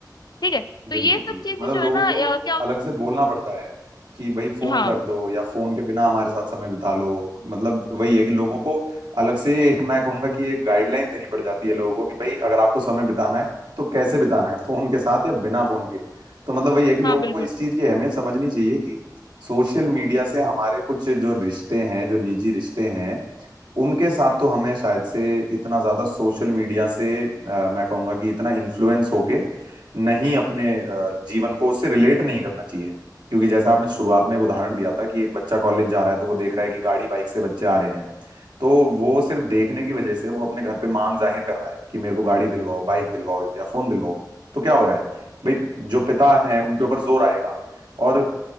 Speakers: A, on the left (about 70°); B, on the right (about 85°).
A: ठीक है तो
B: बिल्कुल
A: ये सब चीजें
B: मतलब
A: जो
B: लोगों
A: है ना
B: को
A: या क्या
B: अलग से बोलना पड़ता है कि भाई फोन
A: हाँ
B: रख दो या फोन के बिना हमारे साथ समय बिता लो मतलब वही है कि लोगों को अलग से <laughs> मैं कहूंगा कि एक गाइडलाइन देनी पड़ जाती है लोगों को कि भाई अगर आपको समय बिताना है तो कैसे बिताना है फोन के साथ या बिना फोन के तो मतलब वही है कि लोगों
A: हाँ बिल्कुल
B: को इस चीज की अहमियत समझनी चाहिए कि सोशल मीडिया से हमारे कुछ जो रिश्ते हैं जो निजी रिश्ते हैं उनके साथ तो हमें शायद से इतना ज्यादा सोशल मीडिया से अ, मैं कहूंगा कि इतना इन्फ्लुएंस होके नहीं अपने अ, जीवन को उससे रिलेट नहीं करना चाहिए क्योंकि जैसा आपने शुरुआत में एक उदाहरण दिया था कि एक बच्चा कॉलेज जा रहा है तो वो देख रहा है कि गाड़ी बाइक से बच्चे आ रहे हैं तो वो सिर्फ देखने की वजह से वो अपने घर पे मांग जाहिर कर रहा है कि मेरे को गाड़ी दिलवाओ बाइक दिलवाओ या फोन दिलवाओ तो क्या हो रहा है भाई जो पिता है उनके ऊपर जोर आएगा और